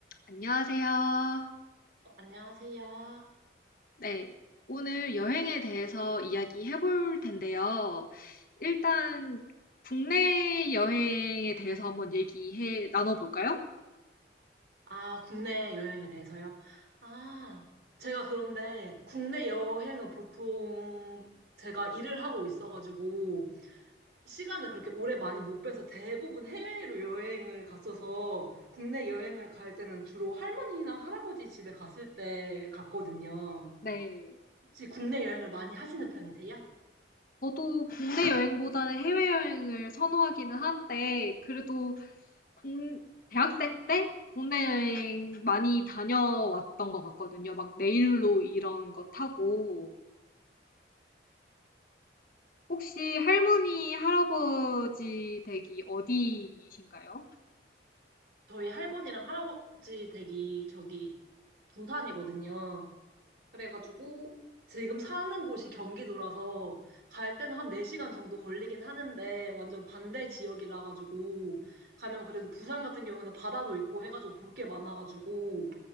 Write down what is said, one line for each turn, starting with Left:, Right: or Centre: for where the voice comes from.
Left: 안녕하세요.
Right: 어, 안녕하세요.
Left: 네, 오늘 여행에 대해서 이야기해 볼 텐데요. 일단 국내 여행에 대해서 한번 얘기해 나눠볼까요?
Right: 아, 국내 여행에 대해서요? 아, 제가 그런데 국내 여행은 보통 제가 일을 하고 있어가지고 시간을 그렇게 오래 많이 못 빼서 대부분 해외로 여행을 갔어서 국내 여행을 갈 때는 주로 할머니나 할아버지 집에 갔을 때 갔거든요.
Left: 네.
Right: 혹시 국내 여행을 많이 하시는 편이세요?
Left: 저도 국내 <laughs> 여행보다는 해외여행을 선호하기는 한데, 그래도 공- 대학생 때 국내 여행 많이 다녀왔던 것 같거든요. 막 내일로 이런 거 타고. 혹시 할머니, 할아버지 댁이 어디이신가요?
Right: 저희 할머니랑 할아버지 댁이 저기 부산이거든요. 그래가지고 지금 사는 곳이 경기도라서 갈 때는 한 4시간 정도 걸리긴 하는데 완전 반대 지역이라 가지고 가면 그래도 부산 같은 경우는 바다도 있고 해가지고 볼 게 많아가지고